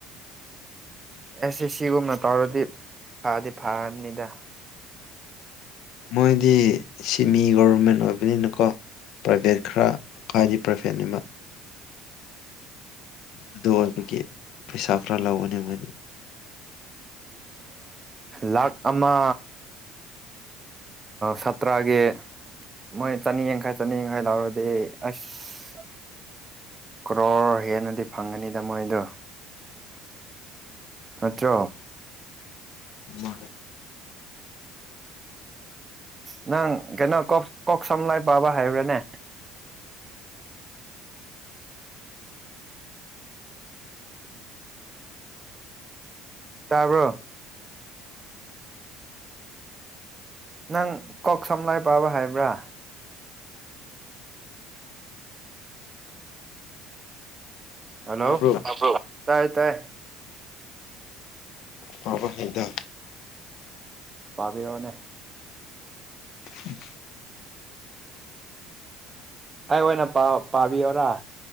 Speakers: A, on the right; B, on the left.
A: ꯑꯦꯁ ꯑꯦ ꯁꯤꯒꯨꯝꯅ ꯇꯥꯎꯔꯗꯤ ꯐꯗꯤ ꯐꯅꯤꯗ
B: ꯃꯣꯏꯗꯤ ꯁꯤꯃꯤ ꯒꯣꯕꯔꯃꯦꯟ ꯑꯣꯏꯕꯅꯤꯅꯀꯣ ꯄ꯭ꯔꯥꯏꯚꯦꯠ ꯈꯔ ꯈꯗꯤ ꯄ꯭ꯔꯐꯦꯟꯕ ꯑꯗꯨ ꯑꯣꯏꯕꯒꯤ ꯄꯩꯁꯥ ꯈꯔ ꯂꯧꯔꯅꯤ ꯃꯣꯏꯗꯤ
A: ꯂꯥꯈ ꯑꯃ ꯁꯥꯇ꯭ꯔꯒꯤ ꯃꯣꯏ ꯆꯥꯅꯤꯡ ꯌꯥꯡꯈꯥꯏ ꯆꯥꯅꯤꯡꯉ ꯂꯔꯣꯗꯤ ꯑꯁ ꯀ꯭ꯔꯣꯔ ꯍꯦꯟꯅꯗꯤ ꯐꯪꯒꯅꯤꯗ ꯃꯣꯏꯗꯣ ꯅꯠꯇ꯭ꯔꯣ
B: ꯃꯥꯅꯦ
A: ꯑ ꯅꯪ ꯀꯩꯅꯣ ꯀꯣꯛ ꯁꯝ ꯂꯥꯏ ꯄꯥꯕ ꯍꯥꯏꯕ꯭ꯔꯥꯅꯦ ꯇꯥꯕ꯭ꯔꯣ ꯅꯪ ꯀꯣꯛ ꯁꯝ ꯂꯥꯏ ꯄꯥꯕ ꯍꯥꯏꯕ꯭ꯔꯥ ꯍꯜꯂꯣ
B: ꯇꯥꯕ꯭ꯔꯣ
A: ꯇꯥꯏ ꯇꯥꯏ
B: ꯄꯕꯥ ꯍꯩꯇꯦ
A: ꯄꯥꯕꯤꯔꯛꯑꯣꯅꯦ
B: ꯎꯝ
A: ꯑꯩ ꯑꯣꯏꯅ ꯄꯥꯕꯤꯌꯣꯔꯥ